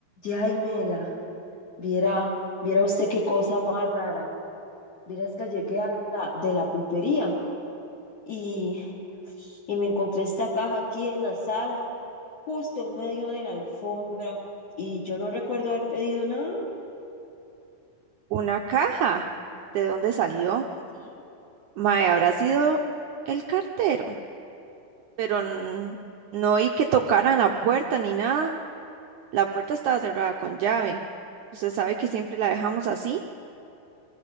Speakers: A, on the left; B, on the right.
A: Yaimela, viera, viera usted qué cosa más rara. Vieras que llegué a la, de la pulpería y, y me encontré esta caja aquí en la sala, justo en medio de la alfombra, y yo no recuerdo haber pedido nada.
B: Una caja. ¿De dónde salió?
A: Sí,
B: Mae, habrá sido el cartero, pero n- no oí que tocaran la puerta ni nada. La puerta estaba cerrada con llave. Usted sabe que siempre la dejamos así.